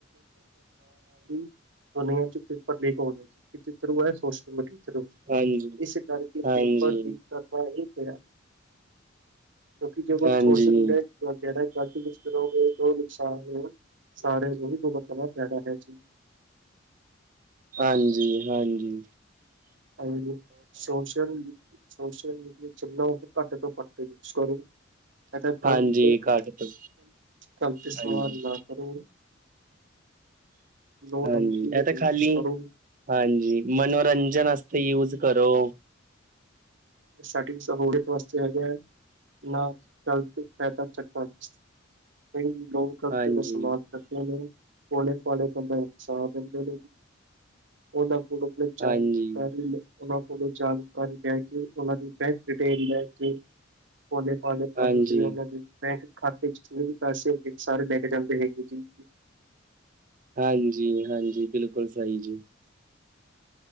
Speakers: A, on the right; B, on the right.
A: <inaudible> <unintelligible> ਪੇਪਰ ਲੀਕ ਹੋ ਗੇ ਜੀ ਕਿਧਰੋਂ ਆਯਾ ਸੋਸ਼ਲ ਮੀਡੀਆ।
B: ਹਾਂਜੀ,
A: ਇਸ ਕਰਕੇ
B: ਹਾਂਜੀ,
A: ਪੇਪਰ ਦੀ ਕਰਦਾ ਉਹੀ ਪਿਆ ਕਿਉਂਕਿ ਜੋ <unintelligible>
B: ਹਾਂਜੀ,
A: ਸੋਸ਼ਲ ਮੀਡੀਆ ਵਗੈਰਾ ਗਲਤ ਕੁਛ ਕਰੋਗੇ ਤੇ ਉਹ ਨੁਕਸਾਨ ਸਾਰਿਆਂ ਨੂੰ ਹੀ ਭੁਗਤਨਾ ਪੈਨਾ ਹੈ ਜੀ।
B: ਹਾਂਜੀ-ਹਾਂਜੀ।
A: ਹਾਂਜੀ ਸੋਸ਼ਲ-ਸੋਸ਼ਲ, ਮੀਡੀਆ ਜਿੰਨਾ ਹੋ ਸਕੇ ਘੱਟ ਤੋਂ ਘੱਟ ਯੂਜ ਕਰੋ। ਏਦਾਂ
B: ਹਾਂਜੀ
A: ਗ਼ਲਤ-ਗਲਤ,
B: ਘੱਟ ਤੋਂ
A: ਗ਼ਲਤ ਇਸਤੇਮਾਲ
B: ਹਾਂਜੀ,
A: ਨਾ ਕਰੋ। ਲੋੜਾਂ
B: ਹਾਂਜੀ
A: ਯੂਜ
B: ਏ ਤਾਂ ਖਾਲੀ
A: ਕਰੋ ਇਹ
B: ਹਾਂਜੀ, ਮਨੋਰੰਜਨ ਆਸਤੇ ਯੂਜ ਕਰੋ।
A: ਸਾਡੀ ਸਹੂਲਅਤ ਵਸਤੇ ਹੈਗਾ ਨਾ ਕੀ ਗਲਤ ਫਾਇਦਾ ਚੱਕਣ ਚ। ਫੇਰ ਵੀ ਲੋਕ <unintelligible>
B: ਹਾਂਜੀ,
A: ਭੋਲੇ ਭਾਲੇ ਬੰਦੇ ਨੂੰ ਫਸਾ ਦਿੰਦੇ ਨੇ ਜੀ ਉਹਨਾਂ ਕੋਲ <unintelligible>
B: ਹਾਂਜੀ,
A: ਉਨਾ ਕੋਲੋਂ ਜਾਣਕਾਰੀ ਲੈ ਕੇ ਉਨਾਂ ਦੀ ਬੈਂਕ ਡਿਟੇਲ ਲੈ ਕੇ ਤੇ ਭੋਲੇ-ਭਾਲੇ ਪਾਣੀ
B: ਹਾਂਜੀ।
A: ਚ ਰਹਿਣ ਲੱਗ ਗਈ। ਬੈਂਕ ਖਾਤੇ ਚ ਜਿੰਨੇ ਵੀ ਪੈਸੇ ਹੈਗੇ ਸਾਰੇ ਲੈ ਕੇ ਜਾਂਦੇ ਹੈਗੇ ਜੀ।
B: ਹਾਂਜੀ-ਹਾਂਜੀ ਬਿਲਕੁਲ ਸਹੀ ਜੀ।